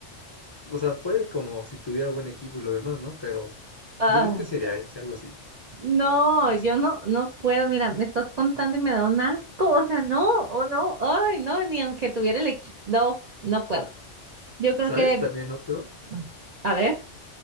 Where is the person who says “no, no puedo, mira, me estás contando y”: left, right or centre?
Right